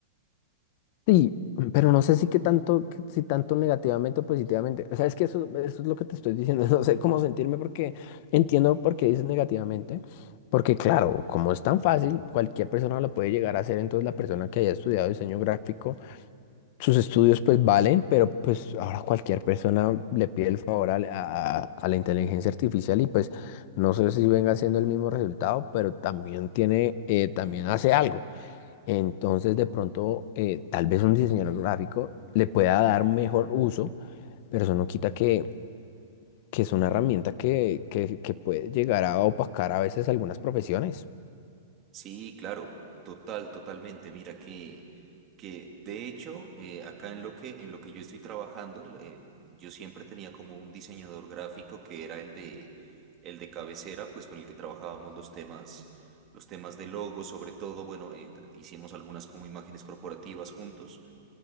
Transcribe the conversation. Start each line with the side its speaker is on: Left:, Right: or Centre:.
Left: Sí, pero no sé si que tanto, que si tanto negativamente o positivamente. O sea, es que eso, eso es lo que te estoy diciendo. <laughs> No sé cómo sentirme porque entiendo por qué dices negativamente. Porque claro, como es tan fácil, cualquier persona lo puede llegar a hacer. Entonces la persona que haya estudiado diseño gráfico, sus estudios pues valen, pero pues ahora cualquier persona le pide el favor al- a, la a- a la inteligencia artificial y pues no sé si venga siendo el mismo resultado, pero también tiene, eh, también hace algo. Entonces, de pronto, eh, tal vez un diseñador gráfico le pueda dar mejor uso, pero eso no quita que, que es una herramienta que, que, que puede llegar a opacar a veces algunas profesiones.
Right: Sí, claro, total, totalmente. Mira que, que de hecho, eh, acá en lo que, en lo que yo estoy trabajando, eh, yo siempre tenía como un diseñador gráfico que era el de, el de cabecera, pues con el que trabajábamos los temas, los temas de logo, sobre todo, bueno, eh, hicimos algunas como imágenes corporativas juntos